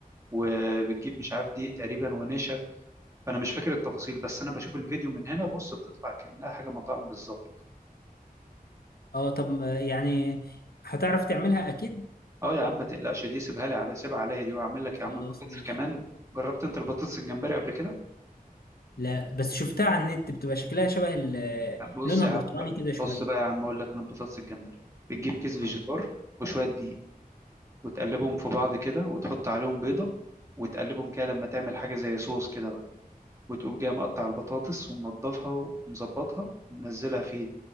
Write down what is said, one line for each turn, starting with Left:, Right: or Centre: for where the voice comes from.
Right: وبتجيب مش عارف دقيق تقريبا ونشا فانا مش فاكر التفاصيل بس انا بشوف الفيديو من هنا بص بتطلع كانها حاجه مطاعم بالظبط
Left: اه طب آه، يعني هتعرف تعملها اكيد
Right: اه يا عم ما تقلقش دي سيبها لي على سيبها عليا دي واعمل لك
Left: خلاص
Right: يا عم البطاطس
Left: ماشي
Right: كمان جربت انت البطاطس الجمبري قبل كده
Left: لا بس شفتها على النت بتبقى شكلها شبه ال-
Right: بص
Left: لونها
Right: يا
Left: برتقاني
Right: عم بقى
Left: كده شويه
Right: بص بقى يا عم اقول لك انا البطاطس الجمبري بتجيب كيس فيجيتار
Left: آه،
Right: وشويه دقيق وتقلبهم في بعض كده وتحط عليهم بيضه وتقلبهم كده لما تعمل حاجه زي صوص كده بقى وتقوم جاي مقطع البطاطس ومنضفها ومظبطها ومنزلها فيه